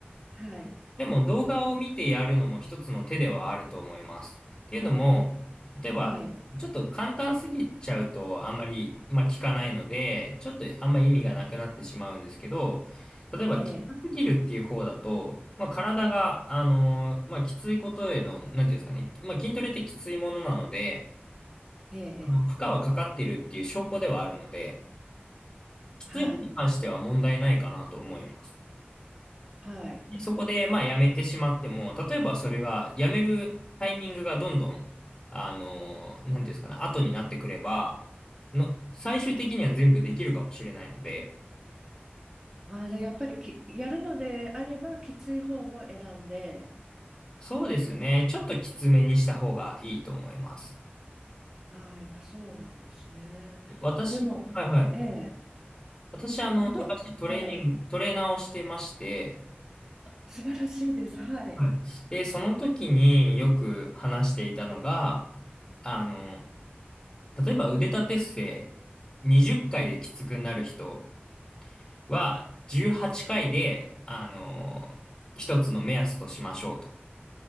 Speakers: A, on the right; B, on the left.
A: はい。
B: でも動画を見てやるのも一つの手ではあると思います。っていうのも、例えば、
A: ええ、
B: ちょっと簡単すぎちゃうとあんまり、まあ、聞かないので、ちょっとあんま意味がなくなってしまうんですけど、例えば、
A: ええ、
B: きつすぎるっていう方だと、まあ、体が、あのーまあ、きついことへの、なんていうんですかね、まあ、筋トレってきついものなので、
A: ええ、
B: あの負荷はかかってるっていう証拠ではあるので、
A: ええ
B: きつい方に関しては問題ないかなと思います。
A: はい、はい。
B: そこで、まあ、辞めてしまっても、例えばそれが、辞めるタイミングがどんどん、あのー、なんていうんですかね、後になってくれば、の、最終的には全部できるかもしれないので、
A: ああ、じゃあやっぱりき、やるのであれば、きつい方を選んで、
B: そうですね、ちょっときつめにした方がいいと思います。
A: ああ、やっぱそうなんですね。
B: 私、
A: あ、でも、
B: はいはい。
A: ええ、
B: 私、あの、
A: ど、
B: 昔トレーニング、
A: ええ、
B: トレーナーをしてまして、
A: 素晴らしいです。はい、
B: はい。で、その時によく話していたのが、あの、例えば腕立て伏せ20回できつくなる人、は、18回で、あのー一つの目安としましょうと。